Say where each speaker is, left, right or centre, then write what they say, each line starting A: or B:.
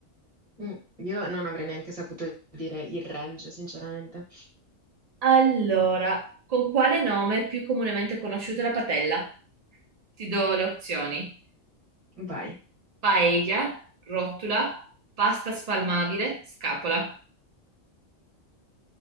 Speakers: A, on the right; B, on the right.
A: Mm, Io non avrei neanche saputo dire il range, sinceramente.
B: Allora, con quale nome è più comunemente conosciuta la patella? Ti do le opzioni.
A: Vai,
B: Paella, rotula, pasta spalmabile, scapola.